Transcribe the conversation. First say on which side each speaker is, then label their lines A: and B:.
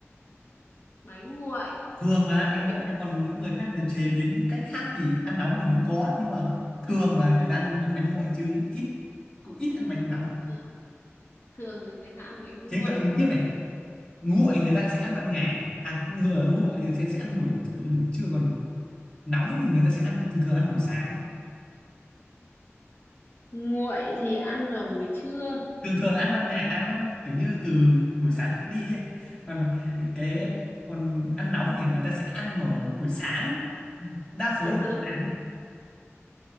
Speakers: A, on the left; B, on the left.
A: bánh nguội
B: thường là ăn bánh
A: bánh
B: nguội nha còn những người khác là chế biến những cách khác thì ăn nóng thì vẫn có nhưng mà thường là người ta ăn, ăn bánh nguội chứ ít cũng ít ăn bánh nóng
A: ừ, thường thì người ta ăn bánh nguội
B: thế gợi ý tiếp này nguội người ta sẽ ăn ban ngày à ngựa nguội thì sẽ sẽ ăn buổi kiểu như buổi trưa còn nóng thì người ta sẽ ăn thường thường ăn buổi sáng
A: Nguội thì ăn vào buổi trưa,
B: thường thường ăn ban ngày ăn ban kiểu như từ buổi sáng đi ấy. còn cái
A: ừ.
B: còn ăn nóng thì người ta sẽ ăn vào buổi sáng đa số
A: sáng
B: là
A: sớm.
B: buổi sáng